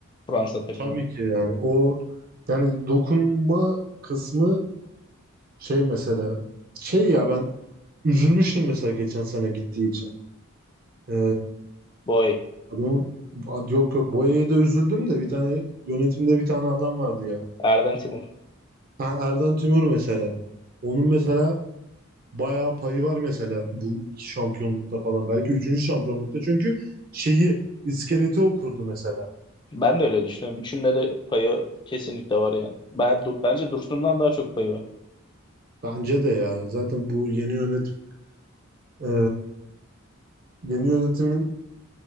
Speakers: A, on the left; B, on the right.
A: Fransa takımına.
B: tabii ki yani o yani dokunma kısmı şey mesela şey ya ben üzülmüştüm mesela geçen sene gittiği için. E,
A: Boy,
B: adamın yok yok Boya'ya da üzüldüm de bir tane yönetimde bir tane adam vardı ya.
A: Erden Timur.
B: Ha, Erden Tümür mesela. Onun mesela bayağı payı var mesela bu iki şampiyonlukta falan. Belki üçüncü şampiyonlukta çünkü şeyi iskeleti okurdu mesela.
A: Ben de öyle düşünüyorum. Üçünde de payı kesinlikle var yani. Ben, Du- bence Dursun'dan daha çok payı var.
B: Bence de ya. Zaten bu yeni yönetim e, yeni yönetimin